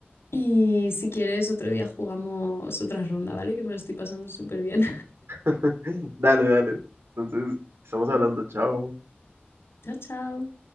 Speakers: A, on the left; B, on the right.
A: Y si quieres, otro día jugamos otra ronda, ¿vale? Que me lo estoy pasando súper bien.
B: <laughs> Dale, dale. Entonces, estamos
A: <laughs>
B: hablando, chao.
A: Chao, chao.